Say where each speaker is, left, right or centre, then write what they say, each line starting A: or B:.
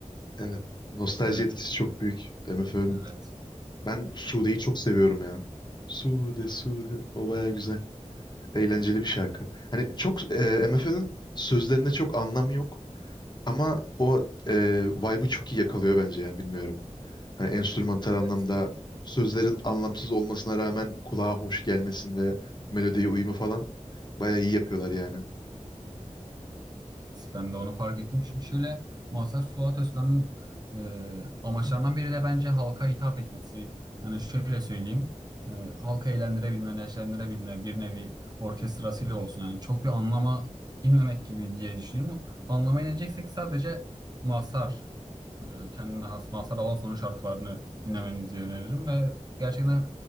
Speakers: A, on the left; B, on the right.
A: Evet. Nostalji
B: MFÖ.
A: etkisi çok büyük MFÖ'nün.
B: Evet.
A: Ben Sude'yi çok seviyorum ya. Sude, Sude. O baya güzel. Eğlenceli bir şarkı. Hani çok e, MF'nin sözlerinde çok anlam yok ama o e, vibe'ı çok iyi yakalıyor bence ya bilmiyorum. Hani enstrümantal anlamda
B: Evet.
A: sözlerin anlamsız olmasına rağmen kulağa hoş gelmesinde melodiye uyumu falan bayağı iyi yapıyorlar yani.
B: Evet, Ben de onu fark ettim. Çünkü şöyle Mazhar Fuat Özkan'ın e, amaçlarından biri de bence halka hitap etmesi. Hani şöyle söyleyeyim. E, halka eğlendirebilme, neşelendirebilme bir nevi orkestrasıyla olsun. Yani çok bir anlama inmemek gibi diye düşünüyorum. Anlama ineceksek sadece Mazhar, e, kendine has Mazhar Alanson'un şarkılarını dinlememizi öneririm ve gerçekten